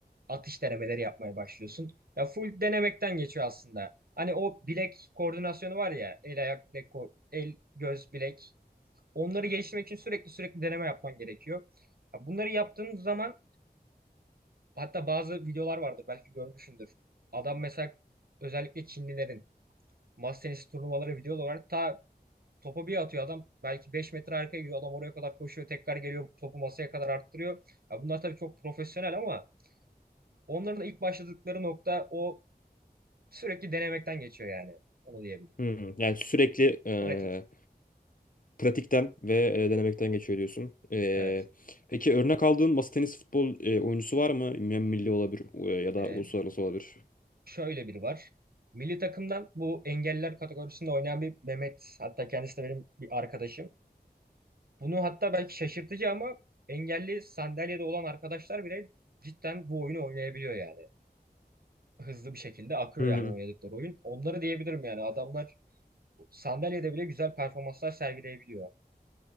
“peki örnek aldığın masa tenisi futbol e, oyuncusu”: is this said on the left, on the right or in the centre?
Left